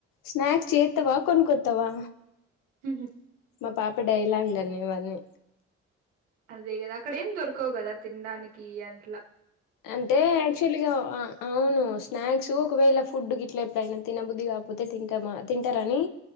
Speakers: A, on the left; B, on the right.
A: స్నాక్స్ చేత్తవా కొనుక్కొత్ తవా
B: హుహు
A: మా పాప డైలాగ్లన్నీ ఇవన్నీ
B: అదే కదా అక్కడ ఏం దొరకవు కదా తినడానికి అనట్లా
A: అంటే యాక్చుల్గా ఆ అవును స్నాక్స్ ఒకవేళ ఫుడ్ గిట్లా ఎప్పుడైనా తినబుద్ధి కాకపోతే తింటామా తింటరని